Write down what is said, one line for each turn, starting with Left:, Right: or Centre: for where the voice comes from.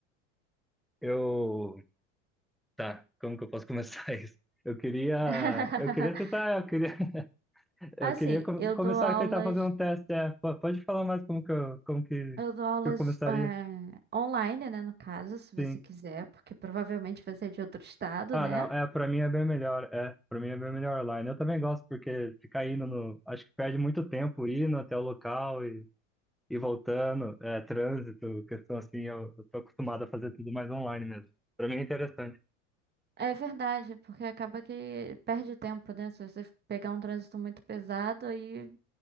Centre: eu... Tá, como que eu posso começar <laughs> isso? Eu queria,
Right: <laughs>
Centre: eu queria tentar, eu queria, <laughs> eu
Right: Assim,
Centre: queria co-
Right: eu
Centre: começar
Right: dou aulas,
Centre: a tentar fazer um teste, é, Po- pode falar mais como que eu, como que
Right: eu dou aulas
Centre: que eu começaria?
Right: eh, online, né, no caso, se você
Centre: Sim.
Right: quiser, porque provavelmente você é de outro estado,
Centre: Ah,
Right: né?
Centre: não. É, pra mim é bem melhor. É, pra mim é bem melhor online. Eu também gosto, porque ficar indo no. Acho que perde muito tempo indo até o local e, e voltando. É, trânsito, questão assim, eu, eu tô acostumado a fazer tudo mais online mesmo. Pra mim é interessante.
Right: É verdade, porque acaba que perde tempo, né? Se você pegar um trânsito muito pesado, aí